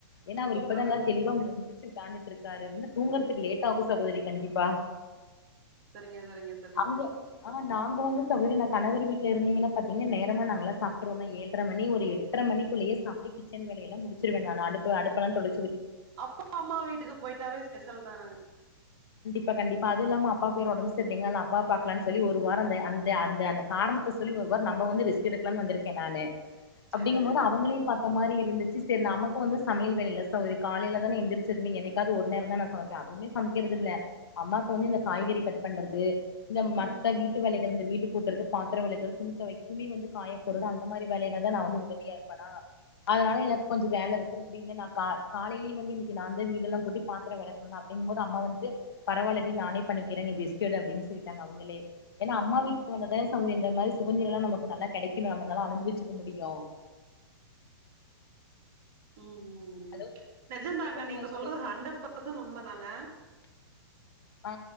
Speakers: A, on the left; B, on the right.
A: ஏனா அவுரு
B: தூங்குறதுக்கு
A: இப்பதா நல்லா தெளிவா ம்ம முடிச்சு வி க்காந்துட்ருக்காரு இன்னு தூங்கறதுக் லேட் ஆகு சகோதரி கண்டிப்பா
B: சரிங்க சரிங்க சரிங்க
A: அங்க அ நாங்க வந்து சகோதரி ந கணவர் வீ ட்லருந்தீங்கனா பாத்திங்னா நேரமா நாங்கல்லா சாப்ட்ருவமே ஏழ்ர மணி ஒரு எட்ர மணிக்குள்ளயே சாப்ட்டு கிச்சன் வேலையெல்லா முடி ச்சிருவே நானு அடுப்பு அடுப்பெலாந் தொட
B: அப்பா அம்மா வீட்டுக்கு போயிட்டாவே ஸ்பெசல் தானங்க
A: ப்பா கண்டிப்பா அது இல்லாம அப்பாவுக் வேற ஒடம் செர்லீங்க அதல அப்பாவ பாக்லான் சொல்லி ஒரு வாரோ இந்த அந்த அந்த அந்த கார்ண த சொல்லி ஒரு வார் நம்ப வந்து ரெஸ்ட் எடுக்லான் வந்திருக்கே நானு
B: சேரி
A: அப்டிங்கும்
B: சேரிங்க
A: போது அவுங்களையு பா ப்ப மாரி இருந்துச்சி செர் நமக்கு வந்து சமையல் வேலை இல்ல சோ ஒரு காலையில தான எந்திரிச்சர்மே என்னைக்காது ஒரு நேரந்தா நா சமைப்பே அதுமே சம்க்கிறது இல்ல அம்மாக்கு வந்து இந்த காய்கறி கட் பண்றது இந்த
B: ம்
A: மத்த வீட்டு வேலைகள் இந்த வீடு கூட்றது பா த்தர வெலக்குற துணித்தொவை துணி வந்து காயப்போறது அந்த மாரி வேலைகள் தா நா வந்து உதவியாருப்பனா அதுனால எனக்கு கொஞ்ச வேல இருக்கு அப்டியில்லனா கா காலைலியே வந்து இன்னிக்கு நாந்த வீடெல்லாங் கூட்டி பாத்தர வெலக்ன் அப்டிங்ம்போது அம்மா வந்துட்டு பரவால்லடி நானே பண்ணிக்கிறே நி கெஸ்ட் எடு அப்டின் சொல்லிட்டாங்க அவுங்களே ஏன்னா அம்மா வீட்டுக்கு வந்தத <unintelligible> இந்த மாரி சுதந்திரெல்லா நமக்கு நல்லா கெடைக்குணு நம்மனால அனுபிவிச்சுக்க முடியு
B: <inaudible> ம் ம்
A: அது
B: நெஜந்தாங்க
A: கேக்குதுங்களா
B: நீங்க சொல்றது
A: சகோதரி
B: ஹண்ட்ரட் பர்சன் உண்மதாங்க
A: ஆ